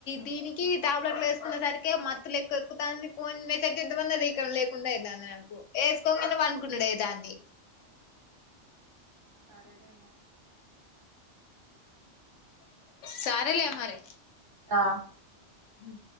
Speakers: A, on the left; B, on the right.
A: దీనికి టాబ్లెట్లు ఎసుకునే సరికె మత్తులెక్క ఎక్కుతంది పోన్ న్ మెసేజ్ చేద్దామన్న రికమ్ లేకుండా అయితాంది నాకు ఏసుకోంగనే పనుకునుడైతాంది
B: సరే రే మరి
A: సరే లె మరే
B: ఆ
A: హ్మ్